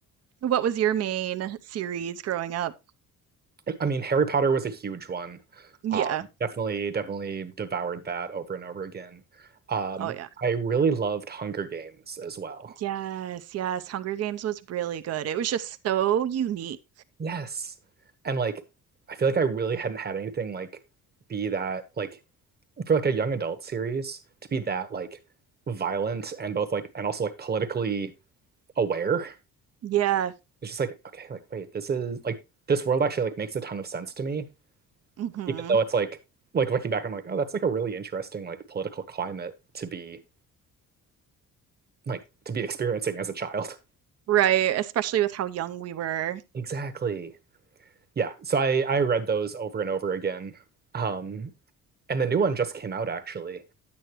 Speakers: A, on the right; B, on the right.
A: what was your main series growing up?
B: I mean, Harry Potter was a huge one.
A: Yeah.
B: Um, definitely, definitely devoured that over and over again. Um,
A: Oh yeah.
B: I really loved Hunger Games as well.
A: Yes, yes. Hunger Games was really good. It was just so unique.
B: Yes. And like, I feel like I really hadn't had anything like be that like for like a young adult series to be that like violent and both like and also like politically aware.
A: Yeah.
B: It's just like, okay, like wait, this is like this world actually like makes a ton of sense to me,
A: hmm
B: even though it's like like looking back, I'm like, oh, that's like a really interesting like political climate to be like to be experiencing as a child.
A: Right. Especially with how young we were.
B: Exactly. Yeah. So I I read those over and over again. Um and the new one just came out actually